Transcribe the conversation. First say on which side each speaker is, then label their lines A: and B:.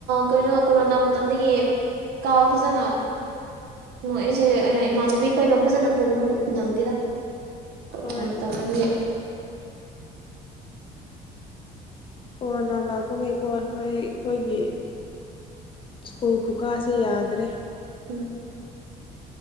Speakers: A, on the right; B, on the left.
A: ꯀꯩꯅꯣ ꯀꯣꯔꯣꯅꯥ ꯃꯇꯝꯗꯒꯤ ꯀꯥꯕ ꯐꯖꯅ ꯑꯩꯁꯦ ꯏꯃꯥꯟꯅꯕꯤ ꯈꯣꯏꯒ ꯐꯖꯅ ꯄꯨꯟꯕ ꯅꯪꯗꯦꯗ ꯀꯣꯔꯣꯅꯥ
B: ꯍꯣꯏ
A: ꯃꯇꯝꯗꯒꯤ
B: ꯀꯣꯔꯣꯅꯥ ꯂꯥꯛꯄꯒꯤꯀꯣ ꯑꯩꯈꯣꯏ ꯑꯩꯈꯣꯏꯒꯤ ꯁ꯭ꯀꯨꯜ ꯈꯨꯀꯥꯁꯦ ꯌꯥꯗ꯭ꯔꯦ
A: ꯎꯝ